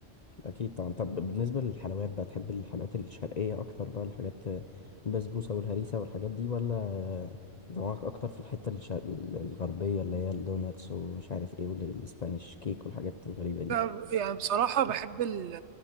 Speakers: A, on the left; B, on the right.
A: اكيد طبعا طب بالنسبه للحلويات بقى تحب الحلويات الشرقيه اكتر بقى الحاجات البسبوسه والهريسه والحاجات دي ولا دماغك اكتر في الحته الش- الغربيه اللي هي الدوناتس ومش عارف ايه والاسبانيش كيك والحاجات الغريبه دي
B: لا، يعني بصراحة بحب ال-